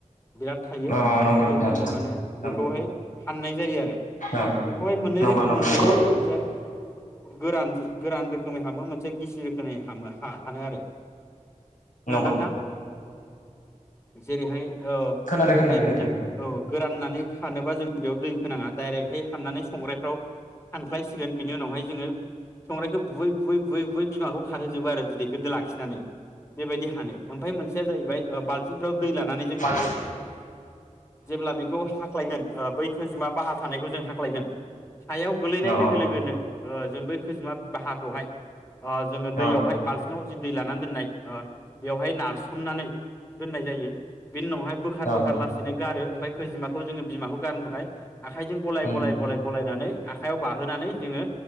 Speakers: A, on the left; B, on the left.
A: बिराद थायो
B: औ
A: होबाथाय
B: नंगौ नोंथां
A: जोङो माने
B: औ
A: बेखौहाय फाननाय जायो आरो। बेखौहाय
B: औ
A: मोननै
B: नंगौ
A: रोखोम
B: नंगौ
A: जों
B: नंगौ
A: हानो मोनसे सेक गोरान गोरान रोखोमै हानो मोनसे गिसि रोखोमै हामो हानो आरो खोनादों
B: नंगौ
A: ना नोंथां जेरैहाय औ
B: खोनादों खोनादों
A: जेरै
B: नोंथां
A: जों औ गोराननानै हानोबा जों बेयाव दै फोनाङा डायरेक्टहाय हाननानै संग्रायफ्राव फाय बिनि उावहाय ज संखौ बुै बुै बुै बुयै बिमाखौ खारहोजोबो आरो बिदैखो लाखिनानै बेबायदि हानो ओमफ्राय मोनसेया जाहैबाय बालथिंफ्राव दै लानानै जों
B: औ
A: हानो जेब्ला बेखौ हाख्लायगोन बै खोजिमा बाहा थानायखौ जों हाख्लायगोन सायाव गोलैनाय
B: औ
A: लोगो जों बै खैजेमा बाहाखौहाय। जोङो दैयावहाय
B: औ
A: बालथिङाव जि दै लानानै दोननाय बेवहाय नारसोमनानै दोननाय जायो बिनि उनावहाय बोखार
B: औ
A: बोखार लासैनो गारो ओमफ्राय खैजिमाखौ जोङो बिमाखौ गारनो थाखाय आखाइजों गलाय
B: उम
A: गलाय गलाय गलायनानै आखायाव <unintelligible> नानै जोङो